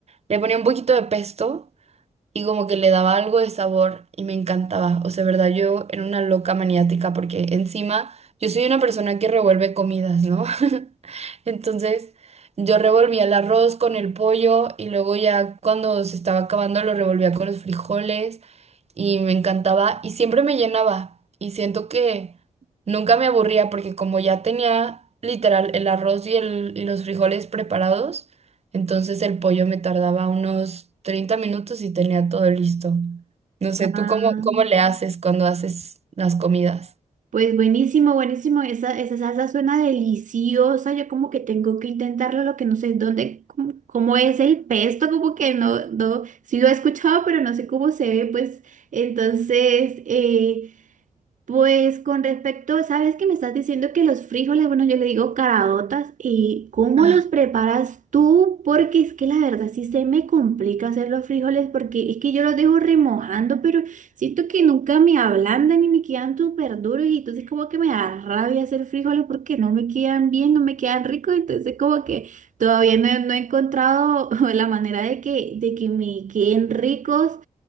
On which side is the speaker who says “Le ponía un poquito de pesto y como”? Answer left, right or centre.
Right